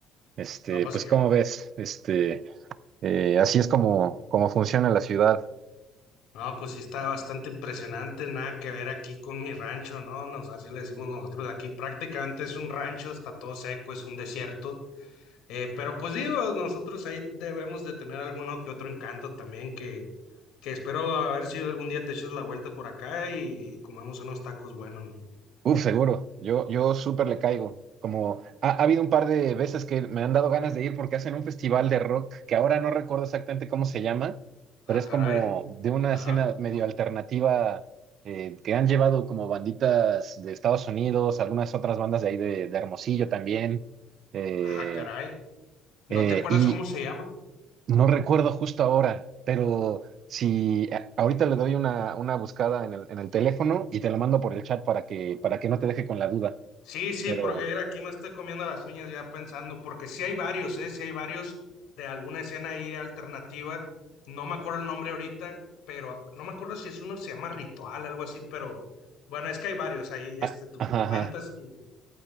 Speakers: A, on the right; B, on the left.
A: Este,
B: No,
A: pues
B: sí.
A: como ves, este, eh, así es como, como funciona la ciudad.
B: No, pues sí está bastante impresionante, nada que ver aquí con mi rancho, ¿no? Nos, así le decimos nosotros aquí. Prácticamente es un rancho, está todo seco, es un desierto. Eh, pero pues digo, nosotros ahí debemos de tener alguno que otro encanto también, que, que espero haber sido algún día te eches la vuelta por acá y, y comemos unos tacos buenos, ¿no?
A: Uf, seguro. Yo, yo súper le caigo. Como ha, ha habido un par de veces que me han dado ganas de ir porque hacen un festival de rock que ahora no recuerdo exactamente cómo se llama, pero
B: Ah,
A: es
B: caray.
A: como de una
B: Ajá.
A: escena medio alternativa eh, que han llevado como banditas de Estados Unidos, algunas otras bandas de ahí de, de Hermosillo también. Eh,
B: Ah, caray.
A: eh,
B: ¿No te acuerdas
A: y,
B: cómo se llama?
A: No recuerdo justo ahora, pero si a- ahorita le doy una, una buscada en el, en el teléfono y te lo mando por el chat para que, para que no te deje con la duda.
B: Sí, sí,
A: Pero,
B: porque mira, aquí me estoy comiendo las uñas ya pensando, porque sí hay varios, ¿eh? Sí hay varios de alguna escena ahí alternativa. No me acuerdo el nombre ahorita, pero no me acuerdo si es uno que se llama Ritual, algo así, pero bueno, es que hay varios ahí, este,
A: ah,
B: tú
A: ajá,
B: me comentas
A: ajá.
B: y,